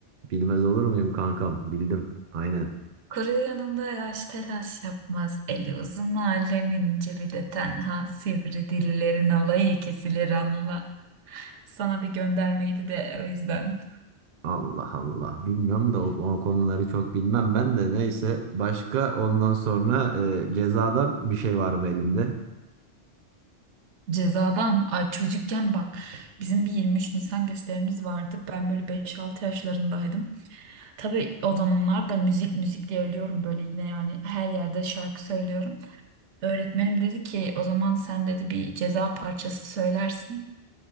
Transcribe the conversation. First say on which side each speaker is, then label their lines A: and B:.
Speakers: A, on the right; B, on the right.
A: Bilmez olur muyum kankam? Bildim. Aynen.
B: Kuru yanında yaş telaş yapmaz. Eli uzun alemin cebi de tenha. Sivri dillerin alayı kesilir anla. Sana bir göndermeydi de o yüzden.
A: Allah Allah. Bilmiyorum da o, o konuları çok bilmem ben de. Neyse. Başka ondan sonra e, cezadan bir şey var mı elinde?
B: Cezadan ay çocukken bak bizim bir 23 Nisan gösterimiz vardı. Ben böyle beş altı yaşlarındaydım. Tabii o zamanlar da müzik müzik diye ölüyorum böyle yine yani her yerde şarkı söylüyorum. Öğretmenim dedi ki o zaman sen dedi bir ceza parçası söylersin.